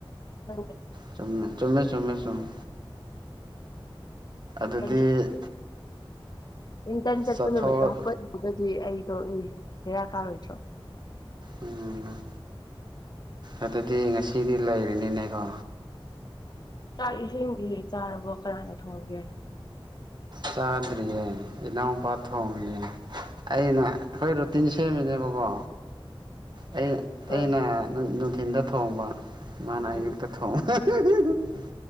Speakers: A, on the left (about 45°); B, on the right (about 50°).
A: ꯅꯪ
B: ꯆꯨꯝꯃꯦ ꯆꯨꯝꯃꯦ ꯆꯨꯝꯃꯦ ꯆꯨꯝꯃꯦ ꯑꯗꯨꯗꯤ
A: <unintelligible> ꯑꯩꯇꯟ ꯆꯠꯄ
B: ꯆꯠꯊꯣꯛ
A: ꯅꯨꯃꯤꯠꯇꯣ ꯍꯥꯞꯄꯠꯂꯒꯗꯤ ꯑꯩꯗꯣꯅꯦ ꯦꯔꯥ ꯀꯥꯔꯣꯏꯗ꯭ꯔꯣ
B: ꯎꯝ ꯑꯗꯨꯗꯤ ꯉꯁꯤꯗꯤ ꯂꯩꯔꯅꯤꯅꯦꯀꯣ
A: ꯆꯥꯛꯏꯁꯤꯡꯗꯤ ꯆꯥꯔꯕꯣ ꯀꯅꯥꯏꯗ ꯊꯣꯡꯑꯒꯦ
B: ꯆꯥꯗꯔꯤꯌꯦ ꯏꯅꯥꯎꯄꯥ ꯊꯣꯡꯉꯒꯦ ꯑꯩꯅ ꯑꯩꯈꯣꯏ ꯔꯨꯇꯤꯟ ꯁꯦꯝꯃꯤꯅꯦꯕꯀꯣ ꯑꯩ ꯑꯩꯅ
A: ꯑꯥ
B: ꯅꯨꯡꯊꯤꯟꯗ ꯊꯣꯡꯕ ꯃꯥꯅ
A: ꯎꯝ
B: ꯑꯌꯨꯛꯇ ꯊꯣꯡꯕ <unintelligible>